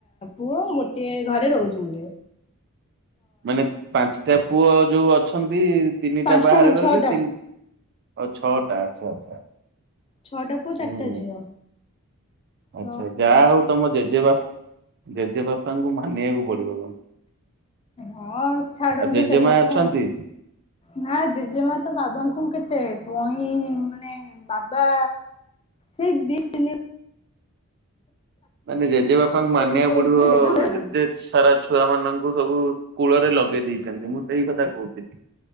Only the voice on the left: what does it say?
ପୁଅ ଗୋଟିଏ ଘରେ ରହୁଚନ୍ତି।
ପାଞ୍ଚଟା
ନାଇଁ
ଛଅଟା
ଛଅଟା ପୁଅ
ଚାରିଟା ଝିଅ।
ତ
ହଁ ଛାଡନ୍ତୁ
ସେଇ କଥା
ନା ଜେଜେମା ତ ବା ବାବାଙ୍କୁ କେତେ ପଇଁ ମାନେ ବାବା ସେଇ ଦିନେ
ବର୍ଷ
ହେଇଥିଲେ ଜେଜେମା ମରିଗଲାଣି